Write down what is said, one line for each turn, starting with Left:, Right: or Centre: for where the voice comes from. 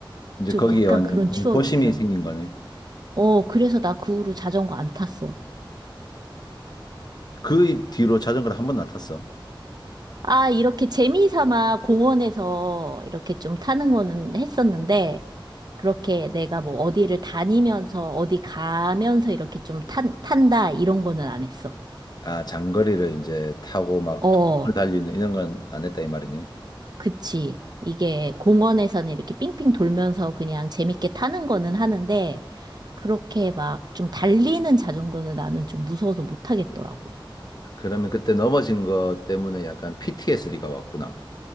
Left: 이제
Right: 좀
Left: 거기에
Right: 약간
Left: 완전
Right: 그런
Left: 공포심이
Right: 추억이 있어.
Left: 생긴 거네.
Right: 어, 그래서 나 그 후로 자전거 안 탔어.
Left: 그 뒤로 자전거를 한 번 안 탔어.
Right: 아, 이렇게 재미삼아 공원에서 이렇게 좀 타는 거는 했었는데, 그렇게 내가 뭐 어디를 다니면서, 어디 가면서 이렇게 좀 탄, 탄다, 이런 거는 안 했어.
Left: 아, 장거리를 이제 타고 막
Right: 어,
Left: 도로를 달리는 이런 건 안 했다 이 말이네.
Right: 그치. 이게 공원에서는 이렇게 삥삥 돌면서 그냥 재밌게 타는 거는 하는데, 그렇게 막 좀 달리는 자전거는 나는 좀 무서워서 못 타겠더라고.
Left: 그러면 그때 넘어진 것 때문에 약간 PTSD가 왔구나.